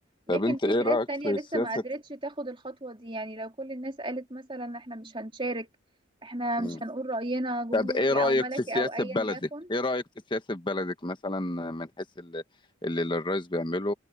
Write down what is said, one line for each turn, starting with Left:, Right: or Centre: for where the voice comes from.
Right: لكن
Left: طب انت
Right: في
Left: ايه
Right: بلاد
Left: رأيك
Right: تانية
Left: في السياسة
Right: لسه ما قدرتش تاخد الخطوة دي يعني لو كل الناس قالت مثلا احنا مش هنشارك احنا
Left: مم.
Right: مش هنقول رأينا جمهوري
Left: طب ايه رأيك
Right: او ملكي
Left: في سياسة
Right: او ايا
Left: بلدك؟
Right: يكن
Left: ايه رأيك في سياسة بلدك مثلا من حيث اللي, اللي الرئيس بيعمله